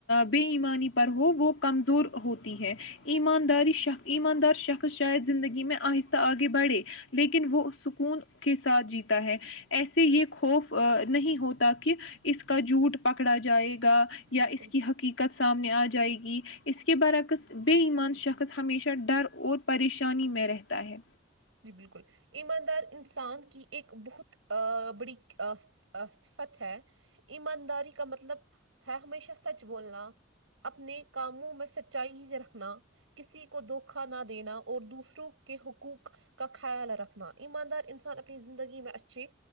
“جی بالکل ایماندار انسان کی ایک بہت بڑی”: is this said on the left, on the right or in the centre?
Right